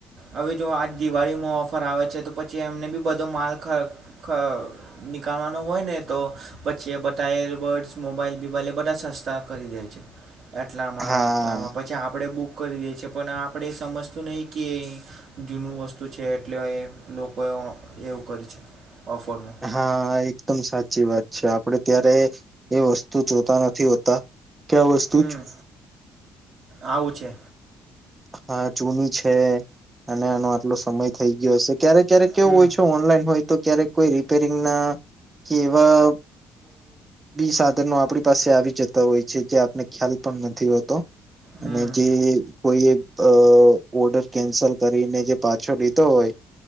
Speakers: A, on the right; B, on the right.
A: હવે જો આજ દિવાળીમાં ઓફર આવે છે તો પ છી એમને બી બધો માલ ખ ખ નીકળવાનો હોય ને તો પછી એ બધા એરબર્ડસ મોબાઈલ બીબાઈલ એ બધા સસ્તા કરી દે છે. એટલામાં
B: હા
A: એટલામાં પછી આપડે બુક કરી દે છે પણ આપડે સમજતું નહીં કે જૂનું વસ્તુ છે એટલે એ લોક કોઈ ઓ એવું કરી છે. ઓફરમાં
B: હા, એકદમ સાચી વાત છે. આપડે ત્યારે એ વસ્તુ જોતા નથી હોતા કે આ વસ્તુ
A: હમ્મ, આવું છે.
B: હા જૂની છે અને આનો આટલો સમય થઈ ગયો શે ક્યારે ક્યારેક કેવું
A: હમ
B: હોય છે ઓનલાઈન હોય તો ક્યારેક કોઈ રી રિપેરિંગ ના કે એવા બ બી સાધનો આપણી પાસે આવી જતા હોય છે જે આપને ખ્યાલ પણ નથી હો તો
A: હમ
B: અને જે કોઈએ અ ઓર્ડર કેન્સલ કરીને જે પાછો લીધો હોય